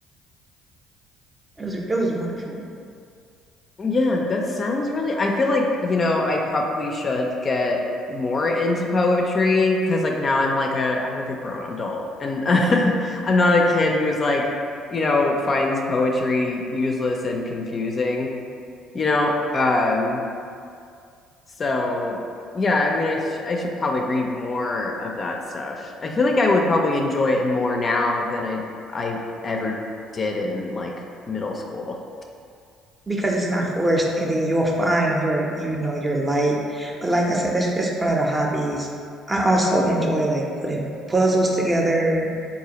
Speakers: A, on the right; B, on the left.
A: It was it was wonderful
B: Yeah, that sounds really. I feel like, you know, I probably should get more into poetry because like now I'm like a I'm like a grown adult and <laughs> I'm not a kid who's like, you know, finds poetry useless and confusing, you know. Um, so yeah, I mean, I sh I should probably read more of that stuff. I feel like I would probably enjoy it more now than I I ever did in like middle school.
A: because it's not forced and then you'll find your you know your light. But like I said, that's just one of the hobbies. I also enjoy like putting puzzles together.